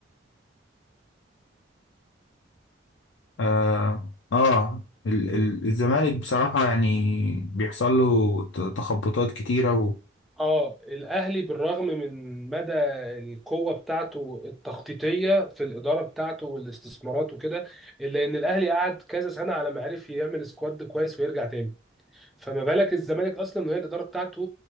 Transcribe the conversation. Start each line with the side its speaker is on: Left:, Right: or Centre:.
Left: اه, آه ال ال الزمالك بصراحه يعني بيحصل له ت- تخبطات كتيره وده
Centre: اه الاهلي بالرغم من مدى القوه بتاعته التخطيطيه في الاداره بتاعته والاستثمارات وكده الا ان الاهلي قعد كذا سنه على ما عرف يعمل سكواد كويس ويرجع تاني فما بالك الزمالك اصلا وهي الاداره بتاعته